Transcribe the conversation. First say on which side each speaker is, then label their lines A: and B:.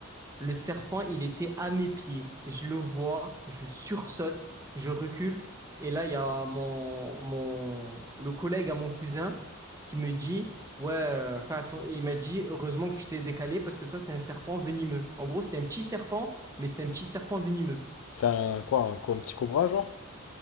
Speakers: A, on the right (about 15°); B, on the left (about 90°).
A: Le serpent, il était à mes pieds. Je le vois, je sursaute, je recule. Et là, il y a mon, mon, le collègue à mon cousin qui me dit, ouais, euh, fais atten- Il m'a dit, heureusement que tu t'es décalé parce que ça, c'est un serpent venimeux. En gros, c'était un petit serpent, mais c'était un petit serpent venimeux.
B: C'est un quoi, un, co- un petit cobra, genre?